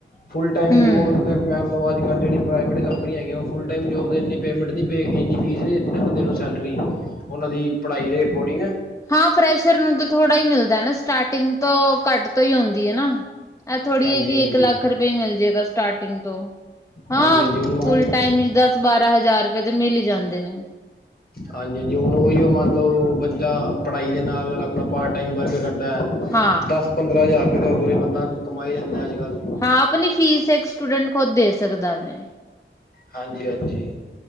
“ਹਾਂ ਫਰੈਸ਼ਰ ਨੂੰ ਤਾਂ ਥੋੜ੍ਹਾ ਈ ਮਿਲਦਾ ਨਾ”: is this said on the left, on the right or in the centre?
Left